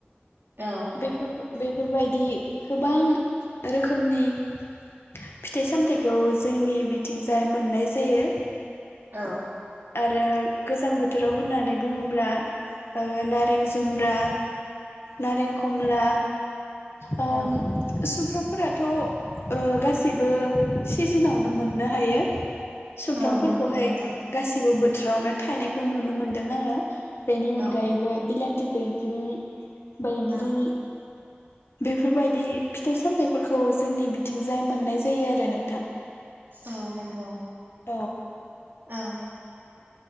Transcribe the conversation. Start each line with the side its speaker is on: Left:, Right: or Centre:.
Right: औ
Left: बेफोर बो बेफोरबायदि गोबां रोखोमनि फिथाइ सामथायाइखौ जोंनि बिथिंजाय मोननाय जायो
Right: औ
Left: आरो गोजां बोथोराव होननानै बुङोब्ला नारें जुमब्रा नारें खमला ओम
Right: औ
Left: सुम फ्रामफोराथ' ओ गासैबो सिजोनावनो मोननो हायो सुमफ्रामफोरखौहाय
Right: औ नंगौ नोंथां
Left: <unintelligible> बोथोरावनो थायनायखौ नुनो मोनदों आङो बेनि अनगायैबो
Right: औ
Left: बिला थि बैग्रि बैग्रि
Right: औ
Left: बेफोरबायदि फिथाइ सामथायाइफोरखौ जोंनि बिथिंजाय मोननाय जायो आरो नोंथां
Right: औ नंगौ
Left: औ
Right: औ